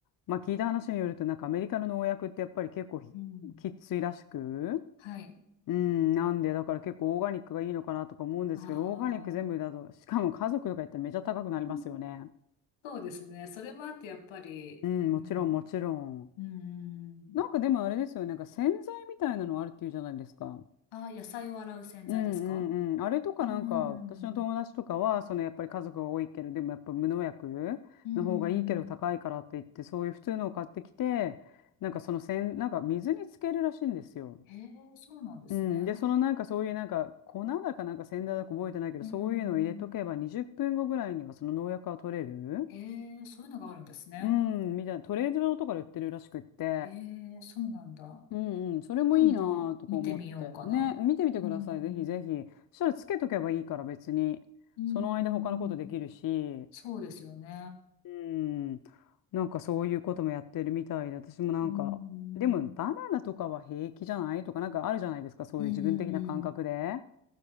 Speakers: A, on the left (about 45°); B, on the left (about 75°).
A: まあ聞いた話によるとなんかアメリカの農薬ってやっぱり結構ひきっついらしく、
B: うん。はい。
A: うん、なんでだから結構オーガニックがいいのかなとか思うんですけど、
B: ああ。
A: オーガニック全部だと、しかも家族とか言ったらめちゃ高くなりますよね。
B: <laughs> そうですね。それもあってやっぱり、
A: うん、
B: うん。
A: もちろんもちろん。
B: うんうんうん。
A: なんかでもあれですよね、なんか洗剤みたいなのあるっていうじゃないですか。
B: ああ、野菜を洗う洗剤ですか
A: うんうんうん。あれとかなんか、
B: うんう
A: 私の友達とかは、
B: んうんうん。
A: そのやっぱり家族が多いけど、でもやっぱ無農薬の方がいいけど高いからって言って、
B: うん。
A: そういう普通のを買ってきて、なんかそのせん、なんか水につけるらしいんですよ。
B: へえ、そうなんですね。
A: うん。で、そのなんかそういうなんか粉だかなんか洗剤だか覚えてないけど、
B: うんうん
A: そういうのを入れとけば20分後ぐらいにはその農薬は取れる
B: へえ、そういうのがあるんですね。
A: うん、みたいな、トレードとかで売ってるらしくって。
B: へえ、そうなんだ。
A: うんうん、それもいいなぁとか思って。
B: 今度見てみようかな。
A: ね、見てみてください、
B: うん。
A: ぜひぜひ。そしたらつけとけばいいから別に。
B: うん。
A: その間他のことできるし、
B: そうですよね。
A: うん、なんかそういうこともやってるみたいで、私もなんか、
B: うん。
A: でもバナナとかは平気じゃないとかなんかあるじゃないですか、そういう自分的な感覚で。
B: うんうんうん